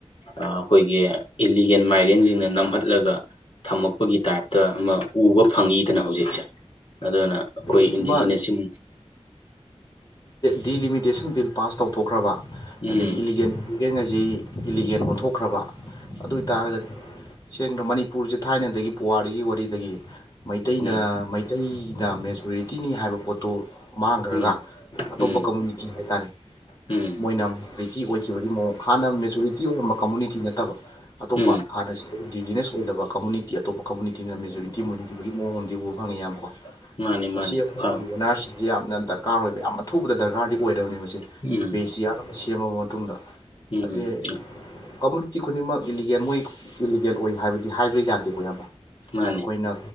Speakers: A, on the left (about 50°); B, on the left (about 35°).
A: ꯑꯩꯈꯣꯏꯒꯤ ꯏꯜꯂꯤꯒꯦꯜ ꯃꯥꯏꯒ꯭ꯔꯦꯟꯁꯤꯡꯅ ꯅꯝꯍꯠꯂꯒ ꯊꯝꯃꯛꯄꯒꯤ ꯇꯥꯏꯞꯇ ꯑꯃ ꯎꯕ ꯐꯪꯉꯤꯗꯅ ꯍꯧꯖꯤꯛꯁꯦ ꯑꯗꯨꯅ ꯑꯩꯈꯣꯏ
B: ꯀꯩꯒꯨꯝꯕ
A: ꯏꯟꯗꯤꯖꯤꯅꯁꯝ
B: ꯗꯤꯂꯤꯃꯤꯇꯦꯁꯟ ꯕꯤꯜ ꯄꯥꯁ ꯇꯧꯊꯣꯛꯈ꯭ꯔꯕ
A: ꯎꯝ
B: ꯑꯗꯒꯤ ꯏꯜꯂꯤꯒꯦꯟ ꯏꯃꯤꯒꯦꯟ ꯒꯁ‌ꯦ ꯏꯜꯂꯤꯒꯦꯟ ꯑꯣꯟꯊꯣꯛꯈ꯭ꯔꯕ ꯑꯗꯨ ꯑꯣꯏ ꯇꯔꯒꯗꯤ ꯁꯦꯡꯅ ꯃꯅꯤꯄꯨꯔꯁꯦ ꯊꯥꯏꯅꯗꯒꯤ ꯄꯨꯋꯥꯔꯤꯒꯤ ꯋꯥꯔꯤꯗꯒꯤ ꯃꯩꯇꯩꯅ
A: ꯎꯝ
B: ꯃꯩꯇꯩꯅ ꯃꯦꯖꯣꯔꯤꯇꯤꯅꯤ ꯍꯥꯏꯕ ꯄꯣꯠꯇꯨ ꯃꯥꯡꯈ꯭ꯔꯒ
A: ꯎꯝ
B: ꯑꯇꯣꯞꯄ
A: ꯎꯝ ꯎꯝ
B: ꯀꯝꯃꯨꯅꯤꯇꯤ ꯍꯥꯏꯇꯥꯔꯦ
A: ꯎꯝ
B: ꯃꯣꯏꯅ ꯃꯦꯖꯣꯔꯤꯇꯤ ꯑꯣꯏꯈꯤꯕꯒꯤ ꯃꯑꯣꯡ ꯍꯥꯟꯅ ꯃꯦꯖꯣꯔꯤꯇꯤ ꯑꯣꯏꯔꯝꯕ ꯀꯝꯃꯨꯅꯤꯇꯤ ꯅꯠꯇꯕ ꯑꯇꯣꯞꯄ
A: ꯎꯝ
B: ꯍꯥꯟꯅ ꯏꯟꯗꯤꯖꯤꯅꯁ ꯑꯣꯏꯗꯕ ꯀꯝꯃꯨꯅꯤꯇꯤ ꯑꯇꯣꯞꯄ ꯀꯝꯃꯨꯅꯤꯇꯤꯅ ꯃꯦꯖꯣꯔꯤꯇꯤ ꯃꯨꯟꯈꯤꯕꯒꯤ ꯃꯑꯣꯡꯗꯤ ꯎꯕꯥ ꯐꯪꯉꯤ ꯏꯌꯥꯝꯕꯀꯣ
A: ꯃꯥꯅꯦ ꯃꯥꯅꯦ
B: ꯑꯁꯤ ꯑꯩꯈꯣꯏꯒꯤ
A: ꯐꯥꯎ
B: ꯑꯦꯟ ꯑꯥꯔ ꯁꯤꯁ ꯌꯥꯝꯅ ꯗꯔꯀꯥꯔ ꯑꯣꯏꯕ ꯌꯥꯝ ꯑꯊꯨꯕꯗ ꯗꯔꯀꯥꯔꯗꯤ ꯅꯤ
A: ꯎꯝ
B: ꯕꯦꯁ ꯌꯥꯝ ꯁꯦꯝꯃꯕ ꯃꯇꯨꯡꯗ
A: ꯎꯝ
B: ꯑꯗ
A: ꯎꯝ
B: ꯀꯃꯨꯅꯤꯇꯤ ꯈꯨꯗꯤꯡꯃꯛ ꯏꯂꯤꯒꯦꯜ ꯃꯣꯏ ꯏꯂꯤꯒꯦꯜ ꯑꯣꯏ ꯍꯥꯏꯕꯗꯤ ꯍꯥꯏꯕ ꯌꯥꯗꯦꯀꯣ ꯑꯌꯥꯝꯕ
A: ꯃꯥꯅꯦ
B: ꯑꯩꯈꯣꯏꯅ